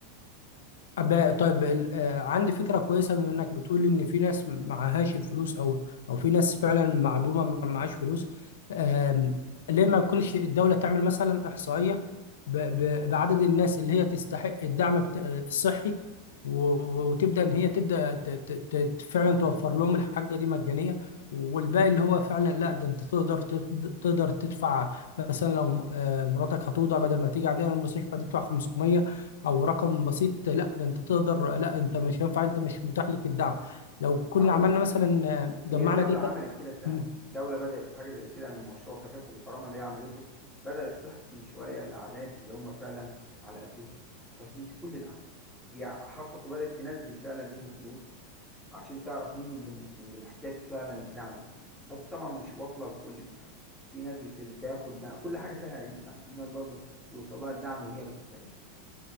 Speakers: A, on the left (about 85°); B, in the centre.
A: أب- طيب ال- آه، عندي فكرة كويسة بما إنك بتقول إن في ناس معهاش الفلوس أو أو في ناس فعلا معدومة ما معهاش فلوس آم، ليه ما يكونش الدولة تعمل مثلا إحصائية ب- ب- بعدد الناس اللي هي تستحق الدعم بت- آه، الصحي و- و- وتبدأ إن هي تبدأ ت- ت- ت- فعلا توفر لهم الحاجة دي مجانية والباقي اللي هو فعلا لا ده أنت تقدر تت- تقدر تدفع مثلا لو آه، مراتك هتوضع بدل ما تيجي عندنا المستشفى تدفع 500 او رقم بسيط لا ده انت تقدر لا انت مش هينفع انت مش متاح لك الدعم لو كنا
B: هقول
A: عملنا
B: لك حاجه
A: مثلا جمعنا
B: هي الدولة
A: داتا
B: عملت كده فعلا
A: مم.
B: الدولة بدأت في حاجة زي كده من مشروع تكافل وكرامة اللي هي عملته بدأت تحصي شوية الأعداد اللي هم فعلا على قدهم بس مش كل الأعداد هي حصلت وبدأت تنزل فعلا ليهم فلوس عشان تعرف مين اللي اللي محتاج فعلا الدعم ده بس طبعا مش واصلة لكل الدعم في ناس بت- بتاخد دعم كل حاجة فيها عيوب يعني في ناس برضو بيوصل لها الدعم وهي ما تستاهلوش